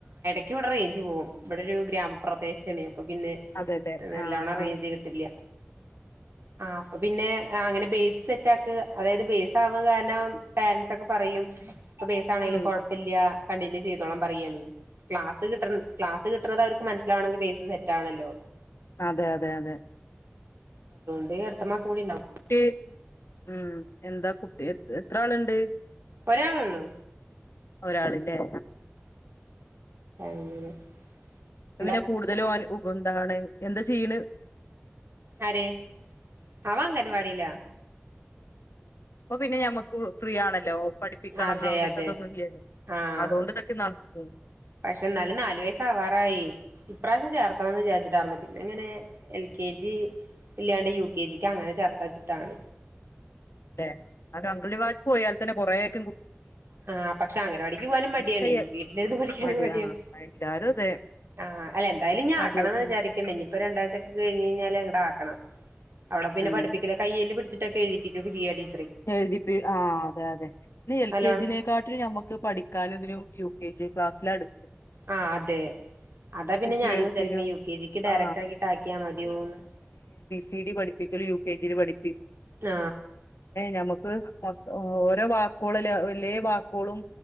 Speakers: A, on the right; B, on the left.
A: ക്ക് വിടെ റേഞ്ച് പോകും ഇബ്ടൊരു ഗ്രാമപ്രദേശാണെ അപ്പൊ പിന്നെ
B: അതെല്ലേ
A: നല്ലോണം
B: ആഹ് ആഹ്
A: റേഞ്ച് കിട്ടില്ല്യ ആ അപ്പപ്പിന്നെ ആ അങ്ങനെ ബേസ് സെറ്റാക്ക് അതായത് ബേസ് ആവുക കാരണം പേരൻറ്സ് ഒക്കെ പറയും ഇപ്പൊ ബേസ് ആണെലും
B: ഉം
A: കൊഴപ്പല്ല്യ കണ്ടിന്യൂ ചെയ്തോളാം പറേയാണ് ക്ലാസ് കിട്ടണ് ക്ലാസ് കിട്ടണത് അവർക്ക് മനസ്സിലാവണെങ്കി ബേസ് സെറ്റ് ആവണല്ലോ
B: അതെയതെയതെ
A: <unintelligible> അടുത്ത മാസം കൂടി ണ്ടാവു
B: കുട്ടി ഉം എന്താ കുട്ടി എത്രാള്ണ്ട്
A: ഒരാളുള്ളൂ
B: ഒരാള് ആ
A: അങ്ങനെ എന്താ
B: പിന്നെ കൂടുതലും ഓന് <unintelligible> എന്താണ് എന്താ ചെയിണ്
A: ആര് അവൻ അംഗൻവാടിയിലാ
B: അപ്പൊ പിന്നെ ഞമ്മക്ക് ഫ്രീ ആണ ലോ പഠിപ്പിക്കണംന്ന്
A: അതെ
B: അങ്ങനത്തെതൊന്നും
A: അതെ
B: ഇല്ലായിരുന്നു
A: ആഹ്
B: അതുകൊണ്ട് ഇതൊക്കെ നടക്കും
A: പക്ഷെ എന്നാലും നാലു വയസാവാറായി ഇപ്രാവശ്യം ചേർത്തണംന്ന് വിചാരിച്ചിട്ടായിന്ന പിന്നെ അങ്ങനെ എൽ കെ ജി ഇല്ലാണ്ട് യു കെ ജിക്ക് അങ്ങനെ ചേർത്ത വച്ചിട്ടാണ്
B: അല്ലെ അത് അംഗൽവാടിൽ പോയാൽ തന്നെ കുറേക്ക
A: ആ പക്ഷെ അംഗനവാടിക്ക് പോകാനും മടിയാണ്
B: ചെയ്യ
A: വീട്ടിലിരുന്ന് പഠിക്കാനും
B: മടിയാ
A: മടിയാണ്
B: എല്ലാരും അതെ
A: ആ അല്ല എന്തായാലും ഞാൻ
B: മടിയന്നെ
A: ആക്കണന്ന് വിചാരിക്കണ്ടേ ഇനിയിപ്പോ രണ്ടാഴ്ചക്കെ കഴി കഴിഞ്ഞാല് ഇങ്ങടാക്കണം അവള പിന്നെ
B: ഉം
A: പഠിപ്പിക്കല് കൈയില് പിടിച്ചിട്ടെ എഴിതിപ്പികൊക്കെ ചെയ്യാ ടീ
B: എഴിതിപ്പി ആ അതെ അതെ ഇ എൽ
A: നല്ലോണം
B: കെ ജിനെ കാ നമുക്ക് പഠിക്കാനും ഇതിനും യു കെ ജി ക്ലാസ്സിലാണ്
A: ആ അതെ അതാ പിന്നെ
B: കൂട്ടി
A: ഞാന
B: എഴുത്തിനും
A: വിചാരിക്കണ യു കെ ജിക്ക് ഡയറക്ടാക്കിട്ട്
B: ആ
A: ആക്കിയാ മതിയോന്ന്
B: വീട്ടി പഠിപ്പിക്കലും യു കെ ജി ല് പഠിപ്പി
A: ആ
B: ഞമുക്ക് മൊത്തം ഓരോ വാക്കോളല്ലേ വല്ല്യയെ വാക്കോളും